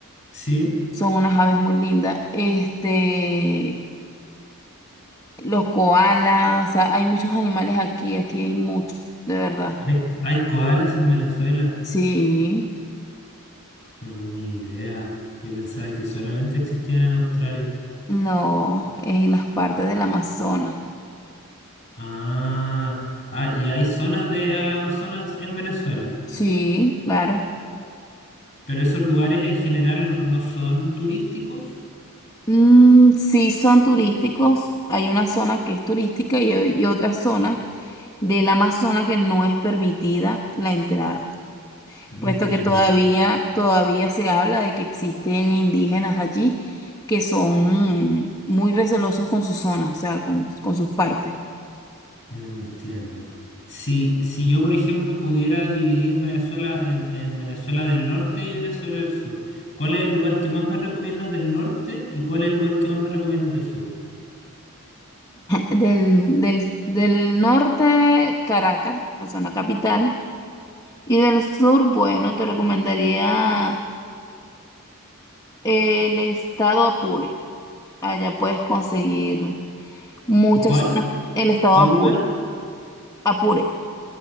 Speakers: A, on the left; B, on the left.
A: Sí,
B: son unas aves muy lindas. Este, los koalas, o sea, hay muchos animales aquí, aquí hay muchos, de verdad.
A: hay, hay koalas en Venezuela.
B: Sí,
A: No tenía idea. Yo pensaba que solamente existían en Australia.
B: no, en las partes del Amazonas.
A: Ah, ah, y hay zonas de al Amazonas en Venezuela.
B: Sí, claro.
A: Pero esos lugares en general no, no son turísticos.
B: Mm, sí, son turísticos. Hay una zona que es turística y, o- y otra zona del Amazonas que no es permitida la entrada,
A: Entiendo,
B: puesto que todavía, todavía se habla de que existen indígenas allí que son muy recelosos con sus zonas, o sea, con, con sus partes.
A: entiendo. Si, si yo, por ejemplo, pudiera dividir Venezuela en, en Venezuela del Norte y Venezuela del Sur, ¿cuál es el lugar que más me recomiendas del norte y cuál es el lugar que más me recomiendas del sur?
B: Del, del, del norte, Caracas, la zona capital, y del sur, bueno, te recomendaría el estado Apure. Allá puedes conseguir muchas
A: ¿Cuál?
B: zonas. El estado
A: ¿Qué lugar?
B: de Apure, Apure,